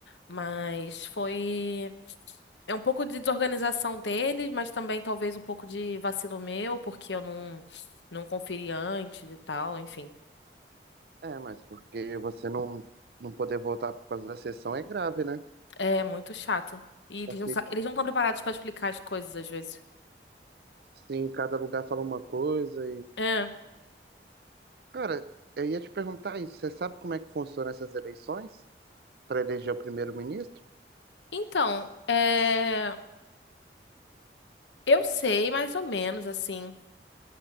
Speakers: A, on the left; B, on the right.
A: Mas foi. É um pouco de desorganização deles, mas também talvez um pouco de vacilo meu, porque eu não, não conferi antes e tal, enfim.
B: É, mas porque você não, não poder voltar por causa da sessão é grave, né?
A: É muito chato. E eles
B: A filha,
A: não, sa- eles não estão preparados para explicar as coisas às vezes.
B: sim, cada lugar fala uma coisa
A: É.
B: Cara, eu ia te perguntar isso. Você sabe como é que funcionam essas eleições para eleger o primeiro-ministro?
A: Então, é, eu sei mais ou menos assim.